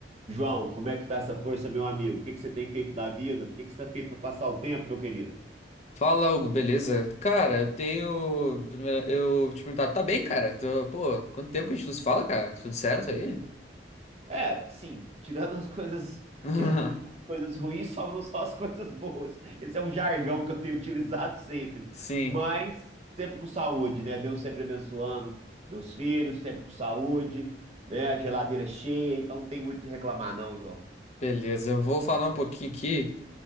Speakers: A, on the right; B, on the left.
A: João, como é que tá essa força, meu amigo? O que que você tem feito da vida? O que que você tem feito para passar o tempo, meu querido?
B: Fala, Hugo, beleza? Cara, eu tenho. primeiro, Eu te perguntar, tá bem, cara? Tô- Pô, quanto tempo que a gente nos fala, cara? Tudo certo aí?
A: É, sim, tirando as coisas,
B: <laughs>
A: é, as coisas ruins, sobram só as coisas boas. Esse é um jargão que eu tenho utilizado sempre,
B: Sim,
A: mas sempre com saúde, né? Deus sempre abençoando meus filhos, sempre com saúde, né? A geladeira cheia, então não tem muito o que reclamar, não, João.
B: beleza. Eu vou falar um pouquinho aqui.